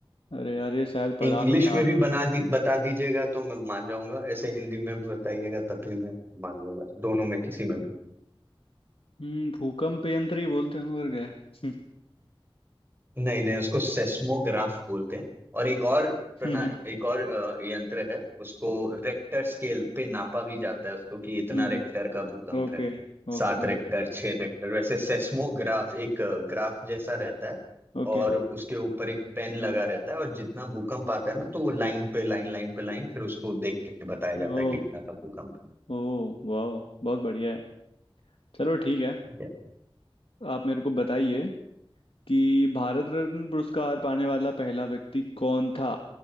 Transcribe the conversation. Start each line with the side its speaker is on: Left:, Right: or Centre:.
Left: अरे यार ये शायद पढ़ा
Right: इंग्लिश
Left: तो था
Right: में भी बना दी बता दीजिएगा तो मैं मान जाऊंगा ऐसे हिंदी में भी बताइएगा तब भी मैं मान लूंगा दोनों में किसी में भी
Left: हम्म भूकंप यंत्र ही बोलते हैं मगर गए <laughs>
Right: नहीं नहीं उसको सेस्मोग्राफ बोलते हैं और एक और प्रणा
Left: हम्म
Right: एक और अ, यंत्र है उसको रेक्टर स्केल पे नापा भी जाता है उसको कि इतना
Left: हम्म
Right: रेक्टर का भूकंप
Left: Okay
Right: है
Left: okay
Right: सात रेक्टर छह रेक्टर वैसे सेस्मोग्राफ एक अ, ग्राफ जैसा रहता है
Left: ओके
Right: और उसके ऊपर एक पेन लगा रहता है और जितना भूकंप आता है ना तो वो लाइन पे लाइन लाइन पे लाइन फिर उसको देख के बताया जाता
Left: ओ
Right: है कि इतना का भूकंप
Left: ओ वाह बहुत बढ़िया है चलो ठीक है
Right: है
Left: आप मेरे को बताइए कि भारत रत्न पुरस्कार पाने वाला पहला व्यक्ति कौन था